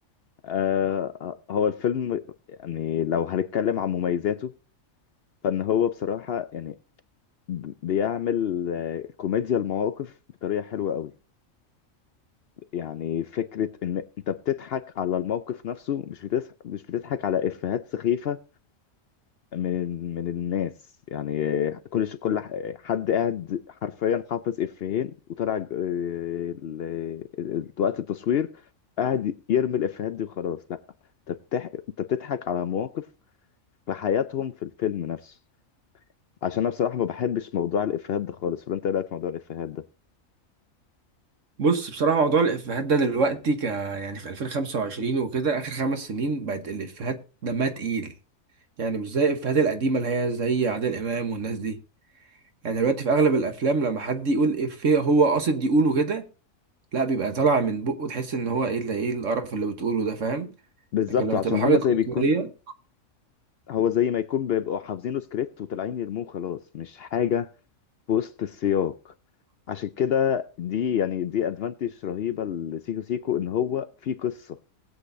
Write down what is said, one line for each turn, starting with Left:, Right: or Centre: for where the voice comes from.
Left: آه هو الفيلم يعني لو هنتكلم عن مميزاته فإن هو بصراحة يعني بيعمل آه، كوميديا المواقف بطريقة حلوة قوي يعني فكرة إن أنت بتضحك على الموقف نفسه مش بتضحك مش بتضحك على إفيهات سخيفة من من الناس يعني كل ش- كل ح- حد قاعد حرفيا حافظ افيهين وطلع ج- ال- ال- وقت التصوير قاعد يرمي الافيهات دي وخلاص لا انت بتح... انت بتضحك على مواقف في حياتهم في الفيلم نفسه عشان انا بصراحه ما بحبش موضوع الافيهات ده خالص فانت إيه رايك في موضوع الافيهات ده
Right: بص بصراحة موضوع الإفيهات ده دلوقتي ك يعني في 2025 وكده آخر خمس سنين بقت الإفيهات دمها تقيل يعني مش زي الإفيهات القديمة اللي هي زي عادل إمام والناس دي يعني دلوقتي في أغلب الأفلام لما حد يقول إفيه هو قاصد يقوله كده لا بيبقى طالع من بقه تحس إن هو إيه ده إيه القرف اللي بتقوله ده فاهم
Left: بالظبط
Right: لكن لما
Left: عشان
Right: تبقى
Left: هم
Right: حاجة
Left: زي بيكون
Right: تلقائية
Left: هو زي ما يكون بيبقوا حافظين له سكريبت وطالعين يرموه خلاص مش حاجه في وسط السياق عشان كده دي يعني دي ادفانتج رهيبه لسيكو سيكو ان هو في قصه